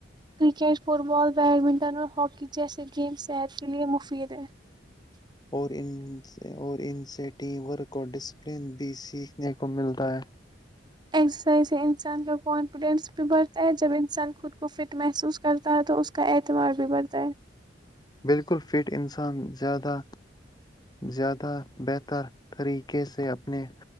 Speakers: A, on the right (about 25°); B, on the left (about 20°).
A: ٹ فٹ بال بیڈمنٹن اور ہاکی جیسے گیم صحت کے لیے مفید تو <unintelligible>
B: اور اور ان سے ٹیم ورک اور ڈسپلن بھی سیکھنے کو ملتا ہے
A: ایکسرسائز ہے انسان جو کانفیڈینس بھی بڑتا ہے جب انسان خود کو فٹ محسوس کر تا تو اس کا اعتبار بھی بڑھتا ہے
B: بالکل فٹ انسان زیادہ زیادہ بہتر طریقے سے اپنے